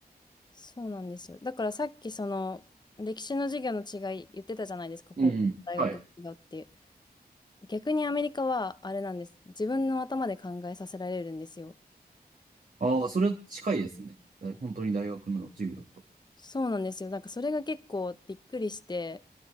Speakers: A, on the left (about 25°); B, on the right (about 50°).
A: そうなんですよ。だからさっきその歴史の授業の違い言ってたじゃないですか、高校と大学で違うって。
B: うんはい。
A: 逆にアメリカはあれなんです。自分の頭で考えさせられるんですよ。
B: ああ、それ近いですね。だ本当に大学の授業と。
A: そうなんですよ。なんかそれが結構びっくりして、